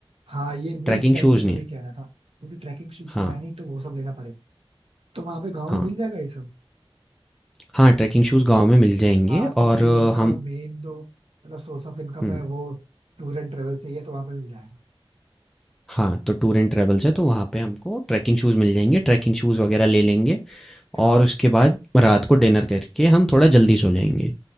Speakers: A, on the right; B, in the centre.
A: हाँ ये वही
B: ट्रैकिंग
A: एग्जैक्टली
B: शूज़
A: मैं
B: नहीं
A: वही
B: है।
A: कह रहा था क्योंकि ट्रैकिंग शूज
B: हाँ,
A: तो है नहीं तो वो सब लेना पड़ेगा तो वहां पे गाँव
B: हाँ,
A: में मिल जाएगा ये सब
B: हाँ, ट्रैकिंग शूज़ गाँव में मिल जाएँगे
A: हाँ क्योंकि
B: और अ,
A: उनका
B: हम
A: मेन जो मतलब सोर्स ऑफ इनकम
B: हुँ,
A: है वो टूर एंड ट्रेवल से ही है तो वहां पे मिल जाएगा
B: हाँ, तो टूर एंड ट्रैवल्स है तो वहाँ पे हमको ट्रैकिंग शूज़ मिल जाएँगे, ट्रैकिंग शूज़ वग़ैरह ले लेंगे
A: हाँ
B: और उसके बाद रात को डिनर करके हम थोड़ा जल्दी सो जाएँगे,